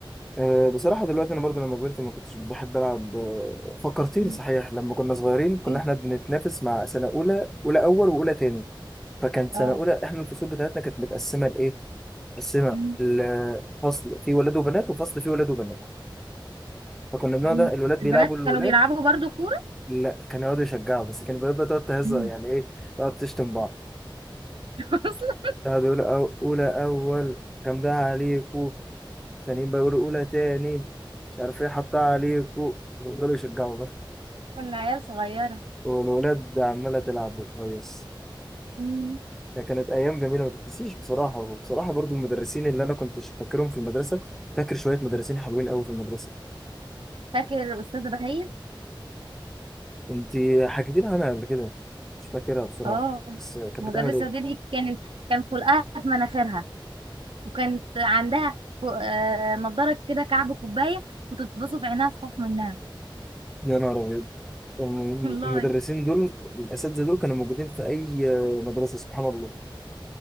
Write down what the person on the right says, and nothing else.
مم.
ايه
اه
مم.
مم.
البنات
كانوا بيلعبوا برضو كورة
مم.
<laughs> اصلا
كنا عيال صغيرة
مم.
فاكر أستاذة بهية
اه
المدرسة
دي, دي كان كان خلقها في مناخيرها وكانت عندها كو- آه، نضارة كده كعب كوباية كنت تبصوا في عينها تخاف منها
<laughs> والله